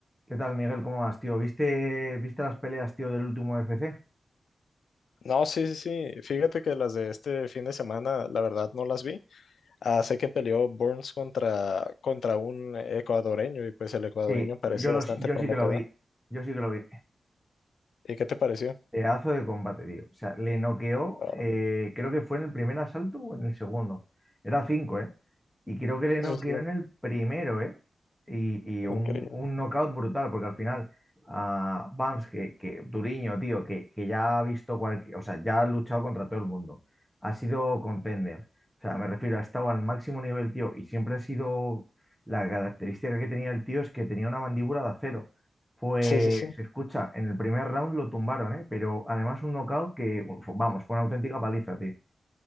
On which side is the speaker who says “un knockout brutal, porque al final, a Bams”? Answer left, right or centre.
Centre